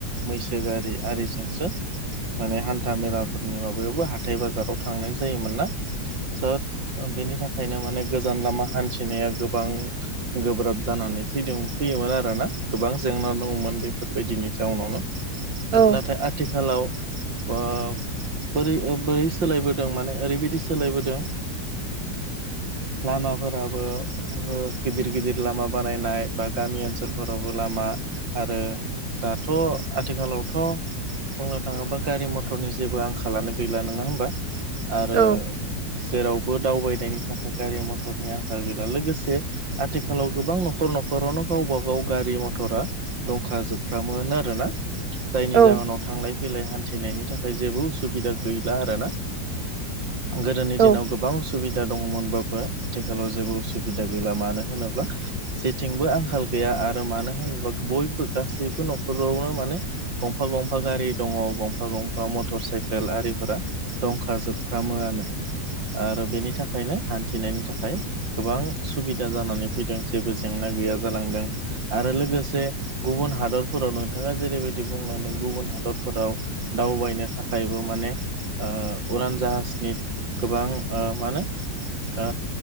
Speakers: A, on the right (about 80°); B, on the right (about 50°).
A: मैसो गारि आरिजोंसो माने हान्था मेलाफोरनि माबायावबो हाथाय बाजाराव थांनाय जायोमोन ना स' ओ बेनि थाखायनो माने गोजान लामा हान्थिनाया गोबां गोब्राब जानानै फैदों फैयोमोन आरोना गोबां जेंना दङमोन बेफोरबायदिनि जाउनावनो
B: औ
A: नाथाय आथिखालाव ओ बोरै ओ बोरै सोलायबोदों माने ओरैबायदि सोलायबोदों लामाफोराबो गिदिर गिदिर लामा बानायनाय बा गामि ओनसोलफोरावबो लामा आरो दाथ' आथिखालावथ' बुंनो थाङोब्ला गारि मथरनि जेबो आंखालानो गैला नङा होमबा आरो
B: औ
A: जेरावबो दावबायनायनि नि थाखाय गारि मटरनि आंखाल गैला लोगोसे आथिखालाव गोबां न'खर न'खरावनो गावबा गाव गारि मथरा दंखा जोबफ्रामोनो आरो ना जायनि
B: औ
A: जाहोनाव थांलाय फैलाय हान्थिनायनि थाखाय जेबो उसुबिदा गैला आरोना गोदोनि
B: औ
A: दिनाव गोबां सुबिदा दङमोनबाबो आथिखालाव जेबो उसुबिदा गैला मानो होनोब्ला जेथिंबो आंखाल गैया आरो मानो होनोबा बयबो गासैबो न'खरावनो माने गंफा गंफा गारि दङ गंफा गंफा मटर साइकेल आरिफोरा दंखाजोबफ्रामोआनो आरो बेनि थाखाय बेनिखायनो हान्थिनायनि थाखाय गोबां सुबिदा जानानै फैदों जेबो जेंना गैया जालांदों आरो लोगोसे गुबुन हादरफोराव नोंथाङा जेरैबायदि बुंलांदों गुबुन हादरफोराव दावबायनो थाखायबो माने ओ उरान जाहाजनि गोबां ओ मा होनो ओ